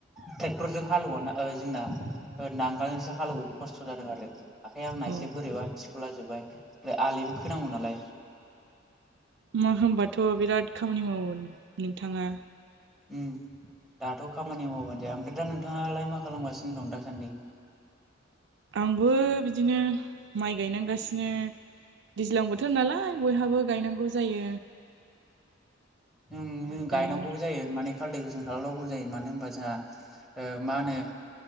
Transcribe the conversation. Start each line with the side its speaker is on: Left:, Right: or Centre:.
Centre: ट्रेक्टरजों हालेवाना जोंना। ओ नांगोल जोंसो हालेवो खस्थ' जादों आरो। आखाइ आंना
Right: अ
Centre: एसे बोरैबा थिख'लाजोबबाय ओमफ्राय आलिबो खोनांगौ नालाय।
Right: मा होमबाथ' बिराद खामानि मावो नोंथाङा।
Centre: उम दाथ' खामानि मावबानो जाया ओमफ्राय दा नोंथाङालाय मा खालामगासिनो दं दासान्दि।
Right: आंबो बिदिनो माइ गायनांगासिनो। दैज्लां बोथोर नालाय बयहाबो गायनांगौ जायो।
Centre: ओम
Right: माइ गायो
Centre: गायनांगौबो जायो माने। काल्टिभेसन खालामनांगौ जायो मानो होनबा जोंहा ओ मा होनो।